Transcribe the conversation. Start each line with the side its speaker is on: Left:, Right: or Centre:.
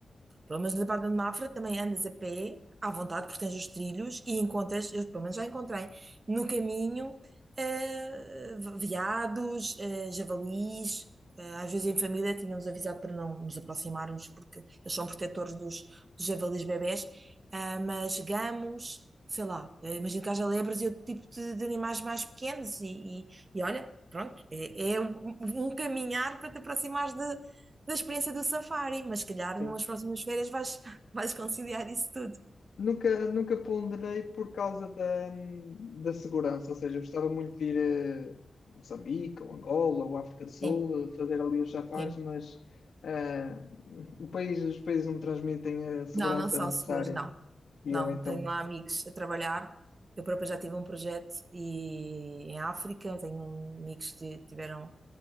Right: Pelo menos na Baía de Mafra também andas a pé, à vontade, porque tens os trilhos e encontras, eu pelo menos já encontrei, no caminho, eh, veados, eh, javalis. eh, Às vezes em família tínhamos avisado para não nos aproximarmos, porque eles são protetores dos, dos javalis bebés, ah, mas gamos, sei lá, eh, imagino que haja lebres e outro tipo de, de animais mais pequenos, e, e, e olha, pronto, é, é um um caminhar para te aproximares de, da experiência do safari, mas se calhar
Left: Sim.
Right: numas próximas férias vais, vais conciliar isso tudo.
Left: Nunca, nunca ponderei por causa da, da segurança, ou seja, eu gostava muito de ir a Moçambique, ou Angola, ou África do Sul,
Right: Sim,
Left: eh, fazer ali os safaris,
Right: sim.
Left: mas ah, o país, os países não me transmitem a segurança
Right: Não, não são
Left: necessária.
Right: seguros, não.
Left: E
Right: Não,
Left: eu então,
Right: tenho lá amigos a trabalhar. Eu própria já tive um projeto e, em África, tenho amigos que tiveram